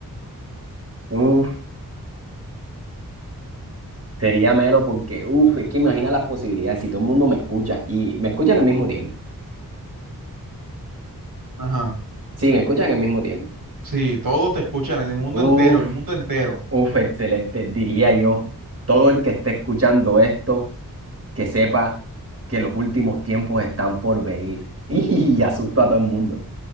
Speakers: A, on the right; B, on the right.
A: Uf, sería melo porque, uf, es que imagina las posibilidades si todo el mundo me escucha y me escuchan al mismo tiempo.
B: Ajá.
A: Sí, me escuchan al mismo tiempo.
B: Sí, todos te escuchan, en el mundo
A: Uf,
B: entero, el mundo entero.
A: uf, excelente. Diría yo, todo el que esté escuchando esto, que sepa que los últimos tiempos están por venir. <laughs> Y asusto a todo el mundo.